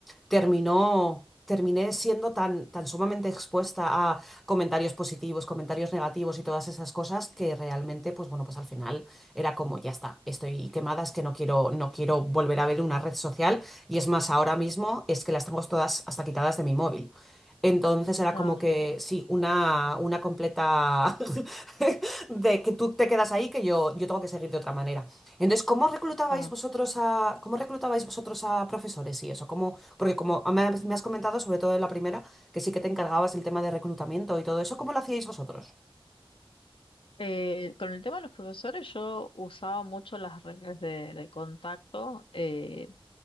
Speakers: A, in the centre; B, on the left.
A: terminó, terminé siendo tan, tan sumamente expuesta a comentarios positivos, comentarios negativos y todas esas cosas que realmente, pues bueno, pues al final era como, ya está, estoy quemada, es que no quiero, no quiero volver a ver una red social y es más, ahora mismo es que las tengo todas hasta quitadas de mi móvil. Entonces era
B: Claro,
A: como que, sí, una, una completa <laughs> de que tú te quedas ahí, que yo, yo tengo que seguir de otra manera. Entonces, ¿cómo reclutabais
B: claro.
A: vosotros a, cómo reclutabais vosotros a profesores y eso? cómo porque como me has me has comentado, sobre todo en la primera, que sí que te encargabas del tema de reclutamiento y todo eso, ¿cómo lo hacíais vosotros?
B: Eh, con el tema de los profesores, yo usaba mucho las reglas de, de contacto. eh,